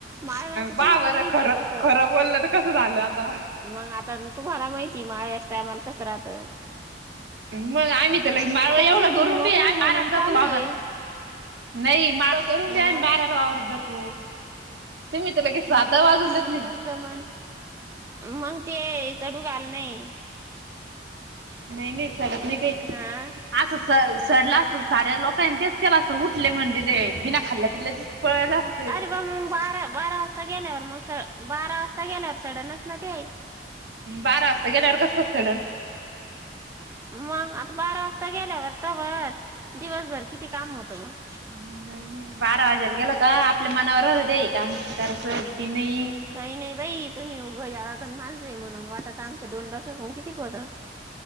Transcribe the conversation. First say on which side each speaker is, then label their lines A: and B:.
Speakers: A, on the right; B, on the right.
A: माळव्याचं
B: बा
A: तुम्हाला
B: बरं
A: माहिती
B: खरं,
A: कसं
B: खरं बोललं तर कसं झालं आता.
A: मग आता तुम्हाला माहिती, माळव्याच्या टायमाला कसं राहत.
B: मग आम्ही तर लै माळव एवढं,
A: उघडील
B: करून
A: मोकळी
B: बी आम्ही
A: म्हणून
B: बाराला
A: चालू
B: जातो वावरात.
A: आहे
B: नाही मला करून
A: अं
B: द्या, बाराला वावरत जातो. तुम्ही मत लगेच. सात
A: नाही
B: वाजून
A: बा
B: देत
A: मंग
B: नाही
A: कसं जमन मंग ते सडू घाल नाही.
B: नाही नाही सडत नाही काही,
A: हा
B: असं स -सडलं असत साऱ्या लोक. तेच केलं असतं. उठले म्हणजे, ते बिना खाल्ल्या पिल्याचेच पळाल‌ अस
A: अरे, बाबा मग बारा बारा वाजता गेल्यावर, मग स- बारा वाजता गेल्यावर सडनच ना ते.
B: बारा वाजता गेल्यावर कस, कस सडण.
A: मग आता बारा वाजता गेल्यावर, तवर दिवसभर किती काम होत मंग.
B: ऑनलाइन हे बारा वाजेला गेलं का आपल्या मनावर राहतं ते काम किती करायचं किती नाही.
A: काही नाही बाई तुम्ही उघं या तर माजं ये, म्हणून वाटत आमच्या दोन डोकेकून किती खोद.